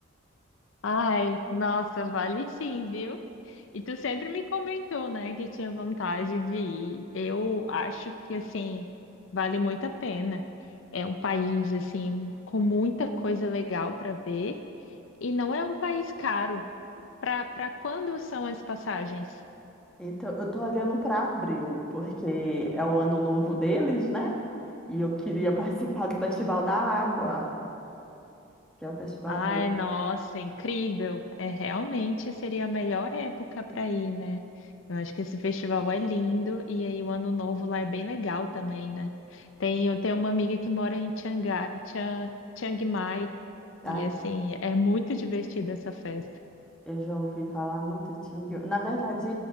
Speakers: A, on the left; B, in the centre.
A: Ai, nossa, vale sim, viu? E tu sempre me comentou, né, que tinha vontade de ir. Eu acho que, assim, vale muito a pena. É um país, assim, com muita coisa legal para ver e não é um país caro. Para para quando são as passagens?
B: Então, eu tô olhando pra abril, porque é o ano novo deles, né? E eu queria <laughs> participar do Festival da Água, que é o festival
A: Ai,
B: deles.
A: nossa, incrível. É realmente seria a melhor época para ir, né? Eu acho que esse festival é lindo e aí o ano novo lá é bem legal também, né? Tem, eu tenho uma amiga que mora em Chiang, Chiang, Chiang Mai
B: Ai,
A: e assim, é muito divertida essa festa.
B: Eu já ouvi falar muito de Chiang Mai. Na verdade,